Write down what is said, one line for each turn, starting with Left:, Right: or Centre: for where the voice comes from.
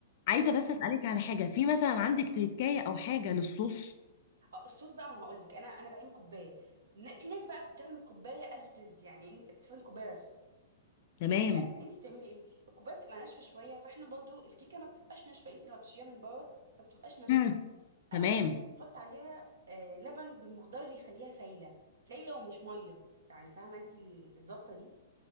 Left: عايزه
Right: ايه
Left: بس اسالك على حاجه في مثلا عندك تكايه او حاجه للصوص
Right: آه، الصوص بقى ما هقول لك انا انا بعين كوبايه ن- في ناس بقى بتستخدم الكوبايه از تز يعني إن- بتستخدم كوبايه بس
Left: تمام
Right: لا انت بتعملي ايه الكوبايه بتبقى ناشفه شويه فاحنا برضو الكيكه ما بتبقاش ناشفه انت لما بتشيليها من بره ما بتبقاش ناشفه
Left: مم. تمام
Right: انا بحط بحط عليها آه لبن بالمقدار اللي يخليها سايله سايله ومش ميه يعني فاهمه انت ال- الظبطه دي